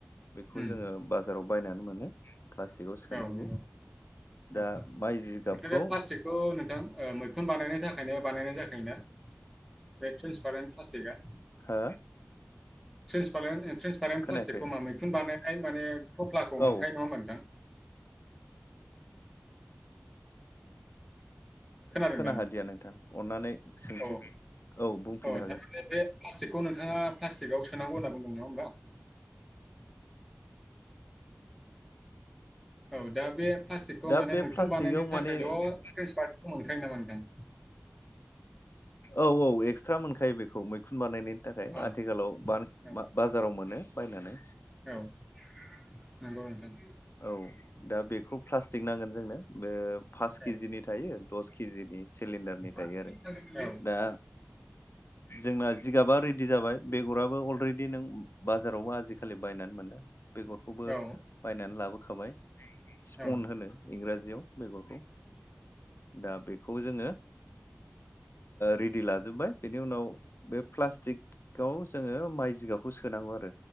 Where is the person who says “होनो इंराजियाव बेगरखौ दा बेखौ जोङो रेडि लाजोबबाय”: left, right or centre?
Left